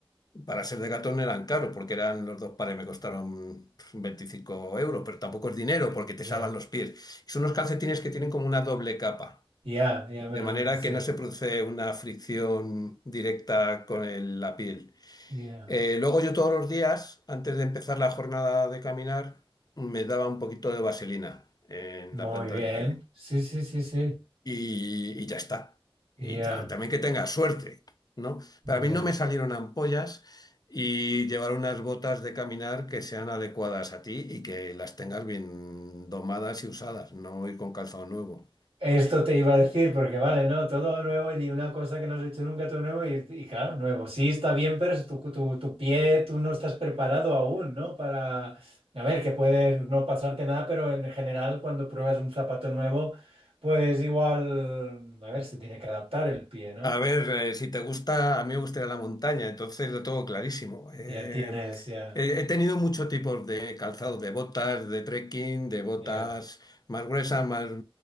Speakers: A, on the left; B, on the right.
A: para ser Decathlon eran caros, porque eran los dos pares, me costaron pues, 25 euros, pero tampoco es dinero porque te
B: ya,
A: salvan los pies. Son unos calcetines que tienen como una doble capa.
B: ya, ya
A: De
B: me los
A: manera
B: imagino, sí,
A: que no se produce una fricción directa con el- la piel.
B: ya.
A: Eh, luego yo todos los días, antes de empezar la jornada de caminar, me daba un poquito de vaselina en
B: Muy
A: la planta
B: bien.
A: del pie.
B: Sí, sí, sí, sí.
A: Y, y ya está.
B: Ya,
A: Y ta- también que tenga suerte, ¿no?
B: ya.
A: Para mí no me salieron ampollas y llevar unas botas de caminar que sean adecuadas a ti y que las tengas bien domadas y usadas, no ir con calzado nuevo.
B: Esto te iba a decir, porque vale, ¿no? Todo nuevo y una cosa que no has hecho nunca, todo nuevo y, y claro, nuevo. Sí, está bien, pero es tu, tu, tu pie, tú no estás preparado aún, ¿no? Para, a ver, que puede no pasarte nada, pero en general cuando pruebas un zapato nuevo, pues igual, a ver, se tiene que adaptar el pie, ¿no?
A: A ver, eh, si te gusta, a mí me gustaría la montaña, entonces lo tengo clarísimo. Eh,
B: Ya tienes, ya,
A: eh, he tenido muchos tipos de calzados, de botas, de trekking, de botas
B: ya,
A: más gruesas, más mm,